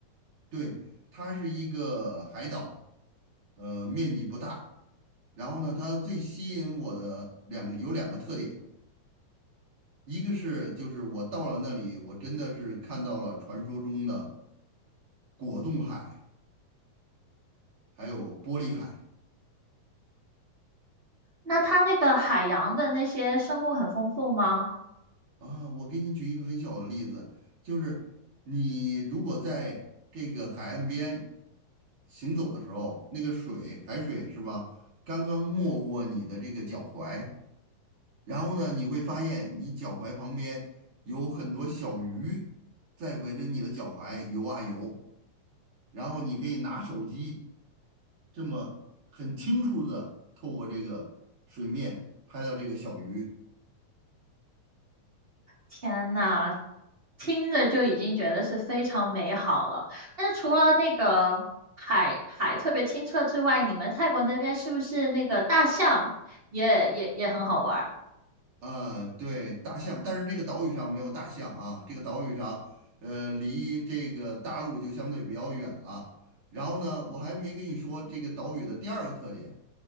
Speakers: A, on the right; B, on the right.
A: 对，它是一个海岛，呃，面积不大。然后呢，它最吸引我的两有两个特点，一个是就是我到了那里，我真的是看到了传说中的。果冻海，还有玻璃海
B: 那它那个海洋的那些生物很丰富吗？
A: 啊。我给你举一个很小的例子，就是你如果在这个海岸边行走的时候，那个水，海水是吧，刚刚没过你的这个脚踝，然后呢，你会发现你脚踝旁边有很多小鱼在围着你的脚踝游啊游，然后你可以拿手机。这么很清楚的透过这个水面拍到这个小鱼，
B: 天呐，听着就已经觉得是非常美好了。但是除了那个海海特别清澈之外，你们泰国那边是不是那个大象也也也很好玩儿？
A: 呃，对，大象，但是这个岛屿上没有大象啊，这个岛屿上，呃，离这个大陆就相对比较远了。然后呢，我还没跟你说这个岛屿的第二个特点，